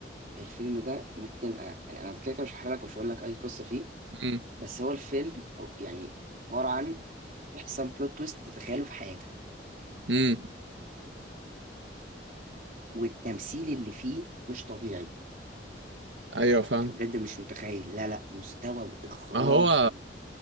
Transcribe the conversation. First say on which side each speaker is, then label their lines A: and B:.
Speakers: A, on the right (about 45°); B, on the right (about 80°).
A: الفيلم ده ممكن أ- يعني انا كده كده مش هحكي لك ومش هقول لك اي قصه فيه
B: امم
A: بس هو الفيلم يعني عباره عن احسن بلوت تويست تتخيله في حياتك
B: امم
A: والتمثيل اللي فيه مش طبيعي
B: ايوه فاهم
A: انت بجد مش متخيل لا لا مستوى واخراج
B: ما هو
A: و-